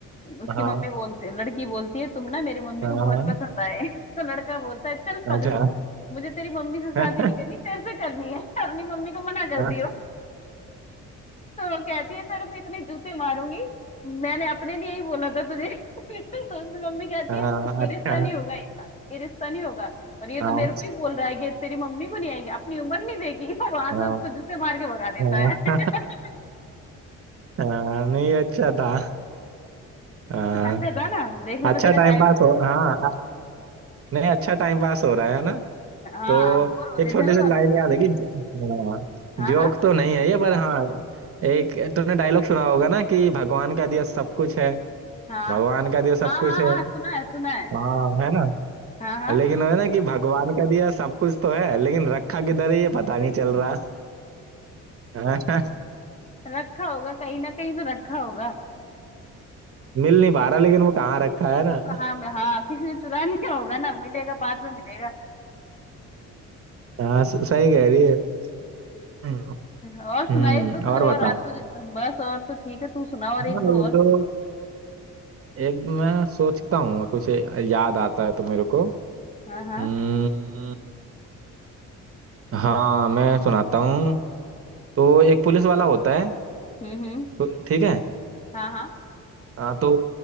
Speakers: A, on the left; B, on the right.
A: उसकी
B: हाँ
A: मम्मी बोलती लड़की बोलती है तुम ना मेरी मम्मी
B: हाँ
A: को बहुत
B: हाँ
A: पसंद आए <laughs> तो लड़का बोलता है चल पगली
B: अच्छा
A: मुझे तेरी मम्मी से
B: हाँ
A: शादी नहीं करनी तेरे से करनी है <laughs> अपनी मम्मी को मना कर
B: हाँ
A: दियो <laughs> तो वो कहती है तेरे को इतने जूते मारूंगी मैंने अपने लिए ही बोला था तुझे <laughs> तो उसकी मम्मी कहती
B: हाँ,
A: है ये
B: अच्छा
A: रिश्ता नहीं होगा ये रिश्ता नहीं होगा और ये तो
B: हाँ
A: मेरे को ही बोल रहा है कि तेरी मम्मी को नहीं आएगी अपनी उम्र नहीं देखी <laughs> वहां से
B: हाँ
A: उसको जूते मार के भगा देता
B: हाँ
A: है <laughs>
B: हाँ हाँ, नहीं अच्छा था हाँ
A: अच्छा था ना देख ले मैं
B: अच्छा
A: तेरा
B: टाइम
A: टाइम
B: पास हो हाँ नहीं अच्छा टाइम पास हो रहा है ना
A: हाँ
B: तो
A: बोर हो
B: एक
A: रहे
B: छोटी
A: थे ना दोनों
B: सी लाइन याद है कि हाँ
A: हाँ
B: जोक
A: हाँ
B: तो नहीं है ये पर हाँ एक तूने डायलॉग सुना होगा ना कि भगवान का दिया सब कुछ है
A: हाँ
B: भगवान का दिया
A: हाँ
B: सब कुछ
A: हाँ
B: है
A: हाँ सुना है सुना है
B: हाँ है ना
A: हाँ हाँ
B: लेकिन वो है ना कि भगवान का दिया सब कुछ तो है लेकिन रखा किधर है ये पता नहीं चल रहा <laughs> हाँ,
A: रखा होगा कहीं ना कहीं तो रखा होगा
B: मिल नहीं पा रहा लेकिन वो कहाँ रखा है ना
A: वो कहाँ में हाँ किसी ने चुरा <laughs> लिया होगा ना मिलेगा बाद में मिलेगा
B: हाँ स- सही कह रही है हम्म
A: और सुना
B: हम्म
A: एक दो तुझे
B: और बता
A: और आज तुझे बस और तो ठीक है तू सुना और
B: हाँ,
A: एक दो
B: ये
A: और
B: तो एक मैं सोचता हूँ मैं कुछ याद आता है तो मेरे को हम्म
A: हाँ हाँ
B: हाँ मैं सुनाता हूँ तो एक पुलिस वाला होता है
A: हम्म हम्म
B: तो ठीक है
A: हाँ हाँ
B: हाँ तो